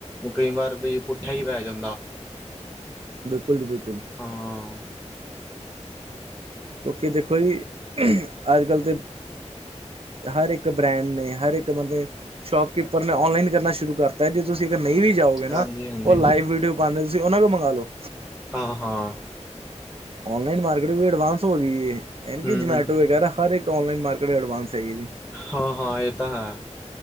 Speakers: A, in the centre; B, on the right.
A: ਕਈ ਵਾਰ ਵੀ ਪੁੱਠਾ ਹੀ ਪੈ ਜਾਂਦਾ
B: ਬਿਲਕੁਲ ਜੀ ਬਿਲਕੁਲ
A: ਹਾਂ।
B: ਕਿਉਂਕਿ, ਦੇਖੋ ਜੀ ਅੱਜ ਕੱਲ ਦੇ ਹਰ ਇੱਕ ਬ੍ਰੈਂਡ ਨੇ ਹਰ ਇੱਕ ਮਤਲਬ ਸ਼ੋਪਕੀਪਰ ਨੇ ਔਨਲਾਈਨ ਕਰਨਾ ਸ਼ੁਰੂ ਕਰਤਾ ਜੇ ਤੁਸੀਂ ਅਗਰ ਨਹੀਂ ਵੀ ਜਾਓਗੇ ਨਾ
A: ਹਾਂਜੀ ਹਾਂਜੀ
B: ਉਹ ਲਾਈਵ ਵੀਡੀਓ। ਭਾਵੇਂ ਤੁਸੀਂ ਉਹਨਾ ਕੋ ਮੰਗ ਲੋ।
A: ਹਾਂ ਹਾਂ।
B: ਔਨਲਾਈਨ ਮਾਰਕੀ ਵੀ ਐਡਵਾਂਸ ਹੋ ਗਈ ਹੈ। ਸਵਿਗੀ,
A: ਹਮ
B: ਜਮੈਟੋ
A: ਹਮ
B: ਵਗੈਰਾ ਹਰ ਇੱਕ ਔਨਲਾਈਨ ਮਾਰਕੀਟ ਐਡਵਾਂਸ ਹੈਗੀ ਜੀ
A: ਹਾਂ ਹਾਂ ਇਹ ਤਾਂ ਹੈ।